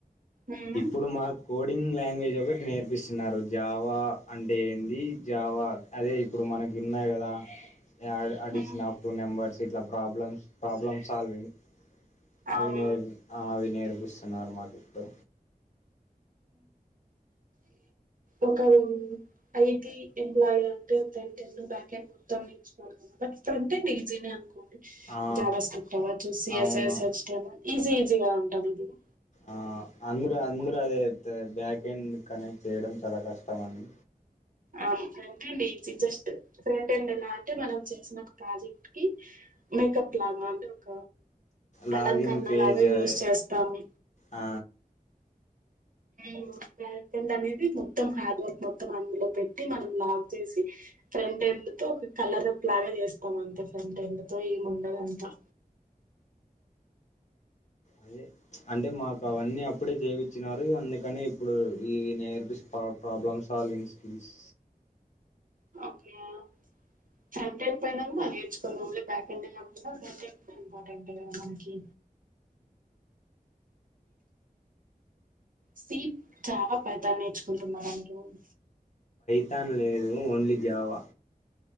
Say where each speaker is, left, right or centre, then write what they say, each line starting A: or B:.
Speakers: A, on the right; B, on the left.
A: మ్మ్
B: ఇప్పుడు మాక్ కోడింగ్ లాంగ్వేజ్ ఒకటి నేర్పిస్తున్నారు. జావా అంటే ఏంది? జావా, అదే ఇప్పుడు మనకి ఉన్నాయి కదా. Add addition
A: hmm
B: of true neighbours. ఇట్లా ప్రాబ్లమ్స్ ప్రాబ్లమ్ సాల్వింగ్
A: అవును
B: అవి నేర్పు అవి నేర్ ఇస్తున్నారు మాకిప్డు
A: ఒకరూ ఐటి ఎంప్లాయ అంటే, ఫ్రంట్ ఎండ్ బ్యాకేన్డ్ మొత్తం నేర్చు <unintelligible> బట్ ఫ్రంట్ ఎండ్ ఈజీనే అనుకో. <unintelligible>
B: ఆ
A: చూసి
B: అవును
A: ఫస్ట్ ఎమో ఈజీ ఈజీగా తగ్గుద్దిగా
B: ఆ అందరు, అందరు అదే చెప్తరు బ్యాక్ ఎండ్ కనెక్ట్ చేయడం చాలా కష్టం అని
A: ఆ front end easy, just front end ఎలా అంటే మనం చేసిన ఒక ప్రాజెక్ట్ కి మేకప్ లాగా అంటే ఒక
B: లాగిన్
A: అలంకరణలాగా
B: పేజ్
A: యూజ్
B: అదే
A: చేస్తాము.
B: ఆ
A: ఉమ్ బ్యా ఎండ్ అనేది, మొత్తం హార్డ్ వర్క్ మొత్తం అందులో పెట్టి, మనం లాక్ చేసి ఫ్రెండ్ ఎండ్ తొ ఒక కలరప్ లాగా చేస్తమ్ అంతే. ఫ్రెండ్ ఎండ్ తో ఏముండదంతా.
B: అదే, అంటే మాకఅవన్నీ అప్ ఇప్పుడే చేవిచ్చినారు. అందుకని ఇప్పుడు ఈ నేర్డ్ పా ప్రాబ్లమ్ సాల్వింగ్ స్కిల్స్
A: అ ఓకే యా చర్దక్పోయిన కూడా అదె సో ఓన్లీ బ్యాక్ కెమెరా కాకుండా, ఫ్రంట్ కెమెరా ఇంపార్టెంట్ కదా మనకి. సీ, జావ పెద్ద నేర్చుకుంటున్నావని రోన్
B: థాన్ లేదు, ఓన్లీ జావా.